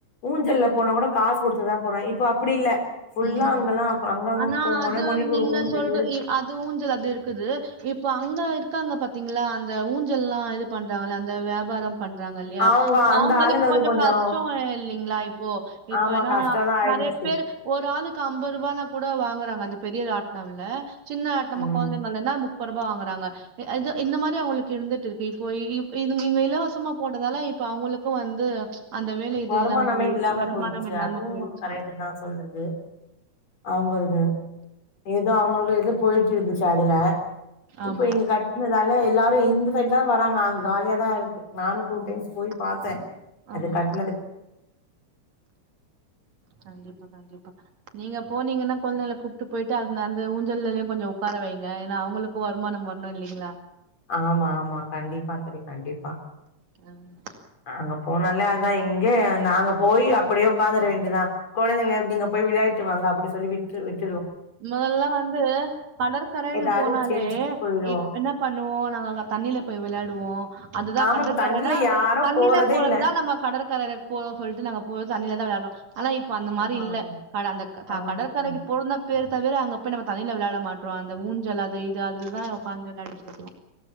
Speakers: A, on the left; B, on the right.
A: ஊஞ்சல போனா கூட காசு கொடுத்துதான் போறேன் இப்போ அப்டி இல்ல ஃபுல்லா
B: ம்
A: அங்கெல்லா அங்கங்க
B: ஆனா
A: மொனை
B: அது
A: மொனைக்கு
B: நீங்க
A: ஒரு ஊஞ்சலு
B: சொல்ற இ அது ஊஞ்சல் அது இரு இருக்குது இப்ப அங்க இருக்காங்க பாத்தீங்களா அந்த ஊஞ்சல்லா இது பண்றாங்கள அந்த வியாபாரம் பண்றாங்க இல்லையா
A: அவங்க அந்த
B: அவங்களுக்கு
A: ஆளுங்களுக்கு
B: கொஞ்சம்
A: கொஞ்சோ
B: கஷ்டம் இல்லைங்களா இப்போ இப்போ
A: ஆமா
B: ஏன்னா
A: கஷ்டந்தா ஆயிடுச்சு
B: நிறைய பேர் ஒரு ஆளுக்கு ஐம்பது ரூபானா கூட வாங்குறாங்க அந்த பெரியராட்னம்ல சின்ன நம்ம
A: ம்
B: குழந்தைங்கள்த மு முப்பருபா வாங்குறாங்க இது இந்த மாரி அவங்களுக்கு இருந்துட்டு இருக்கு இப்போ இ இங்க இலவசமா போட்டதால இப்ப அவங்களுக்கும் வந்து அந்த வேலை இது
A: வருமானமே
B: இல்லாம போயிடுச்சு
A: இல்லாம
B: வருமானம்
A: போயிடுச்சு
B: இல்லாம
A: அதுவும்
B: போயிடுச்சு
A: ஒன்னு கரெக்ட் தான் சொல்றன் து அவங்கள்து ஏதோ அவங்களுக்கு எது போயிட்டு இருந்துச்சு அதுல இப்ப
B: ஆமா
A: இங்க கட்டினதால எல்லாரும் இந்த சைட்லாம் வராங்க அங்க காலிய தான் இருக்து நானும் டூ
B: ஆமா
A: டைம்ஸ் போய் பாத்தேன்
B: ஆ ஆமா
A: அது கட்
B: கண்டிப்பா கண்டிப்பா பா நீங்க போனீங்கன்னா கொழந்தைகல கூப்ட்டு போயிட்டு அந்த அந்த ஊஞ்சலயும் கொஞ்சம் உட்கார வைங்க ஏன்னா அவங்களுக்கும் வருமானம் வரணும் இல்லிங்களா
A: ஆமா ஆமா கண்டிப்பா சரி கண்டிப்பா
B: ம்ம்
A: அங்க போனாலே அதான் எங்க கெ நாங்க ப் போய் அப்படியே உட்காந்துர வேண்டியதான் கொழந்தைங்க நீங்க போய் விளையாட்டு வாங்க அப்டி சொல்லி விட்டு விட்டு
B: மொதல்லா வந்து கடற்கரைன்னு
A: ஏதாவது
B: போனாலே
A: செஞ்சுட்டு போயிருவோ
B: இப் என்ன பண்ணுவோ நாங்க தண்ணியில போய் விளையாடுவோம் அதுதான்
A: ஆமா
B: கடற்கரைனா
A: இப்ப தண்ணில யாரு
B: தண்ணில
A: போறதே
B: போறதுதான்
A: இல்ல
B: நம்ம கடற்கரைையக்கு போகோம் சொல்லிட்டு நாங்க போ தண்ணியில தான் விளையாடுறோம் ஆனா இப்ப அந்த மாரி
A: ஆமா
B: இல்ல
A: ஆமா
B: கட அந்த
A: ஆமா
B: கடற்கரைக்கு
A: தோழி
B: போறத்னா பேர் தவிர அங்க போய் நம்ம தண்ணில விளாட மாட்றோ அந்த ஊஞ்சல் அது இது அதுலதான் உட்காந்து விளாடிட்டு இருக்கோம்